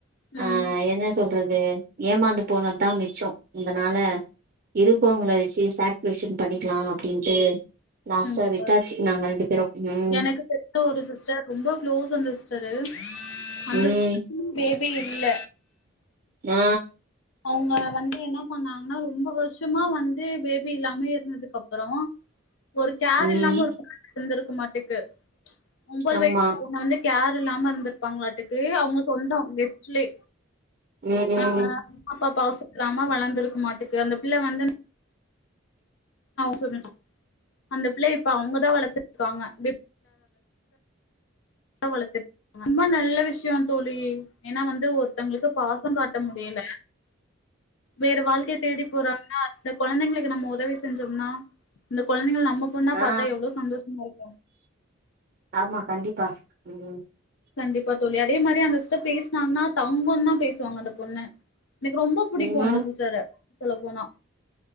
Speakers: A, on the left (about 70°); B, on the right (about 45°).
A: ம்.
B: ஆ என்ன சொல்றது ஏமாந்து போனதுதா மிச்சோ இந்தனால இருப்பவங்கள வச்சு சாட்பிஷன் பண்ணிக்கலா அப்டின்ட்டு லாஸ்ட்ட
A: கண்டிப்பா.
B: விட்டாச்சு நாங்க ரெண்டு பேரும் ம்
A: எனக்கு தெரிஞ்ச ஒரு சிஸ்டர் ரொம்ப க்ளோஸ் அந்த சிஸ்டரு அந்த
B: ம்
A: சிஸ்டருக்கு பேபி இல்ல
B: ஆ
A: அவுங்க வந்து என்னா பண்ணாங்கன்னா ரொம்ப வருஷமா வந்து பேபி இல்லாமே இருந்ததுக்கு அப்பறோ ஒரு கேர்
B: ம்
A: இல்லாம ஒரு இருந்திருக்க மாட்டேக்கு ஒம்பது
B: ஆமா
A: வயசுல ஒன்னு வந்து கேர் இல்லாம இருந்திருப்பாங்களாட்டுக்கு அவுங்க சொந்தோ கெஸ்ட்லே
B: ம்
A: ஆ
B: ம்
A: அம்மா அப்பா பாவ சுத்திராம வளர்ந்துருக்க மாட்டுக்கு அந்த புள்ள வந்து சொ அந்த புள்ள இப்ப அவுங்கதா வளர்த்துட்டு இருக்காங்க <unintelligible> புள்ள வளத்து ரொம்ப நல்ல விஷய தோழி ஏன்னா வந்து ஒருத்தங்களுக்கு பாசம் காட் ட முடியல வேற வாழ்க்கைய தேடி போறாக அந்த கொழந்தங்களுக்கு நம்ம உதவி செஞ்சோம்னா அந்த கொழந்தகள் நம்ம பொண்ணா பாத்தா
B: ஆ
A: எவ்ளோ சந்தோஷமா இருக்கு
B: ஆமா கண்டிப்பா ம்
A: கண்டிப்பா தோழி அதே மாரி அந்த சிஸ்டர் பேசினாங்கன்னா தங்கோன் தா பேசுவாங்க அந்த பொண்ண எனக்கு ரொம்ப புடிக்கு
B: ம்
A: அந்த சிஸ்டர சொல்ல போனா